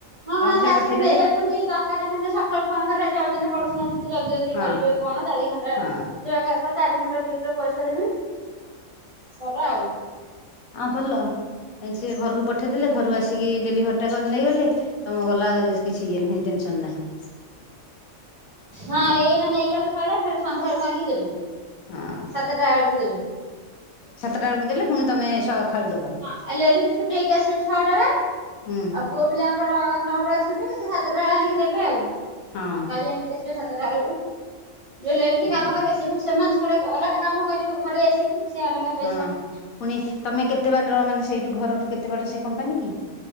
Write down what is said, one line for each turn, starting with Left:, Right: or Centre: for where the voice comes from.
Right: ହଁ
Left: ତମେ
Right: ସେ ଆସିକି
Left: ପଠେଇଦେଲେ
Right: ନେଇ ଯାଉଛନ୍ତି ଦରକାର ହେଲେ ସକାଳୁ ଫୋନ କରିବା ଯାଉ ପଡଶୁଣା ଅଛି କି ଜଲଦି ଜଲଦି
Left: ହଁ
Right: କରିବେ କଣ ଚାରି ଘଣ୍ଟା
Left: ହଁ
Right: ସେ ଚି ଘଣ୍ଟା ଡ ପଇସା ଦେବି କର ଆଉ।
Left: ହ ଭଲ। ସେ ଘରକୁ ପଠେଇଦେଲେ ଘରୁ ଆସିକି ଡେଲିଭରି ଟା କରି ନେଇ ଗଲେ ତମ ଗଲାବେଳକୁ ସି ନଁ ଟେନସନ ନାହିଁ।
Right: ହଁ ଏଇନା ନେଇଗଲେ ସଇଲା ଫେରେ ସନ୍ଧ୍ୟା ବେଳକୁ ଆଣିକି ଦେବେ।
Left: ହଁ
Right: ସାତଟା ବେଳକୁ ଦେବେ
Left: ସାତଟା ବେଳକୁ ଦେଲେ ପୁଣି ତମେ ଖାଇକି ଦବ
Right: ହଁ ଆ ଲେଡି ଜିନିସ ନେଇକି ଆସିବ ଛଅଟାରେ
Left: ହୁଁ
Right: ଆଉ ପୁଅ ପିଲା ତାର ନଅଟା ଛୁଟ ସେ ସାତଟା ଆଣିକି ଦେବେ ଆଉ
Left: ହଁ
Right: ବାଡି ଆଣିକି ଆ ସାତଟା ବେଳକୁ ଯୋଉ ଲେଡିଜ
Left: ହଁ
Right: କାମ କରିବେ ସେମାନେ ଛଡ ଅଲଗା କାମ କରିବେ ଘରେ ଆସିକି। ସେ ଅଲଗା ପଇସା
Left: ହଁ ପୁଣି ତମେ କେତେ ବାଟ ମାନେ ସେଇଠୁ ଘରଠୁ କେତେ ବାଟ ସେ କମ୍ପାନୀ କି?